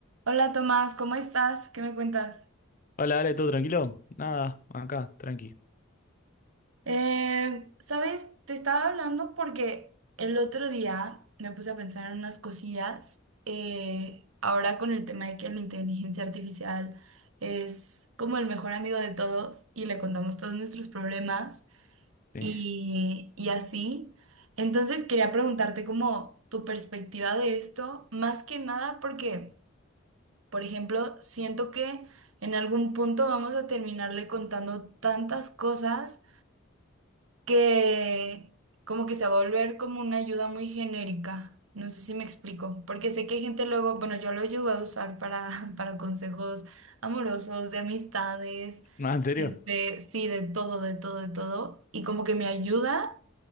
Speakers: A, on the right (about 85°); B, on the left (about 40°).
A: Hola Tomás, ¿cómo estás? ¿Qué me cuentas?
B: Hola, dale, ¿todo tranquilo? Nada, acá, tranqui.
A: Eh, ¿sabes? Te estaba hablando porque el otro día me puse a pensar en unas cosillas. eh, ahora con el tema de que la inteligencia artificial es como el mejor amigo de todos y le contamos todos nuestros problemas
B: Sí.
A: y,
B: <laughs>
A: y así. Entonces quería preguntarte como tu perspectiva de esto, más que nada porque... Por ejemplo, siento que en algún punto vamos a terminarle contando tantas cosas que como que se va a volver como una ayuda muy genérica. No sé si me explico, porque sé que hay gente luego, bueno, yo lo llevo a usar para, <laughs> para consejos amorosos, de amistades,
B: ¿No, en serio?
A: este, sí, de todo, de todo, de todo. Y como que me ayuda